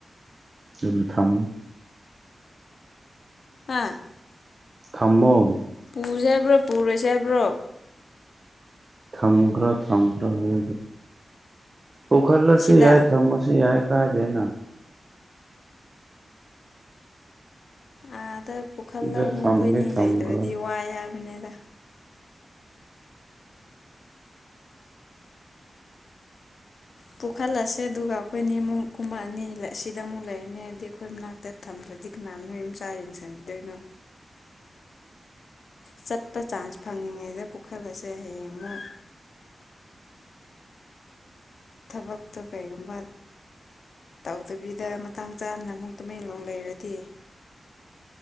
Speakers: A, on the right; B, on the left.
A: ꯑꯗꯨꯝ ꯊꯝꯃꯣ
B: ꯍꯥꯥ
A: ꯊꯝꯝꯕꯝ
B: ꯄꯨꯖꯕ꯭ꯔꯣ ꯄꯨꯔꯣꯏꯁꯕ꯭ꯔꯣ
A: ꯊꯝꯒ꯭ꯔ ꯊꯝ ꯇ ꯍꯒ ꯄꯈꯜꯂꯁꯨ
B: ꯁꯤꯗ
A: ꯌꯥꯏ ꯊꯝꯃꯁꯨ ꯌꯥꯏ ꯀꯥꯏꯖꯅ
B: ꯑ ꯑꯗꯨ ꯄꯨꯈꯜꯂꯒ
A: ꯁꯤꯗ
B: ꯑꯃꯨꯛ
A: ꯊꯝꯒꯦ
B: ꯀꯣꯏꯅꯤ
A: ꯊꯝꯈ꯭ꯔꯣ
B: ꯂꯩꯇ꯭ꯔꯗꯤ ꯋꯥꯏ ꯍꯥꯏꯕꯅꯤꯗ ꯄꯨꯣꯛꯈꯠꯂꯁꯦ ꯑꯗꯨꯒ ꯑꯩꯈꯣꯏꯅꯤꯃꯨꯛ ꯀꯨꯝꯕ ꯑꯅꯤ ꯑꯁꯤꯗ ꯑꯃꯨꯛ ꯂꯩꯔꯅꯤ ꯍꯥꯏꯕꯗꯤ ꯑꯩꯈꯣꯏ ꯃꯅꯥꯛꯇ ꯊꯝꯗ꯭ꯔꯗꯤ ꯀꯅꯥꯅ ꯃ ꯌꯨꯝꯆꯥ ꯌꯦꯡꯁꯤꯟꯕꯤꯗꯣꯏꯅꯣ ꯆꯠꯄ ꯆꯥꯟꯁ ꯐꯪꯉꯤꯉꯩꯗ ꯄꯨꯈꯠꯕꯁꯦ ꯍꯌꯦꯡ ꯑꯃꯨꯛ ꯊꯕꯛꯇꯣ ꯀꯔꯤꯒꯨꯝꯕ ꯇꯧꯗꯕꯤꯗ ꯃꯇꯥꯡ ꯆꯥꯅ ꯑꯃꯨꯛ ꯇꯨꯃꯦꯦꯟꯡꯂꯣꯡ ꯂꯩꯔꯗꯤ